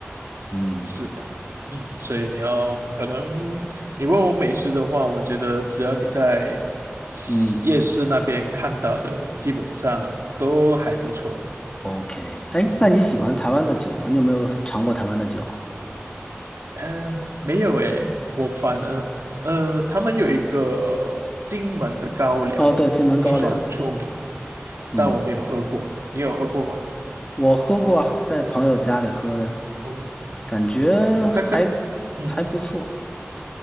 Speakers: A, on the left; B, on the right.
A: 嗯
B: 是的，嗯，所以你要可能你问我美食的话，我觉得只要你在市夜市那边看到的，
A: 嗯，
B: 基本上都还不错。
A: ，OK，哎，
B: 嗯，
A: 那你喜欢台湾的酒吗？你有没有尝过台湾的酒啊？
B: 呃，没有诶，我反而呃，他们有一个金门的高粱，
A: 哦，对，金门高粱，
B: 听说很出名，
A: 嗯，
B: 但我没有喝过。你有喝过吗？
A: 我喝过啊，在朋友家里喝的，
B: 哦，
A: 感觉还
B: 它跟嗯
A: 还不错。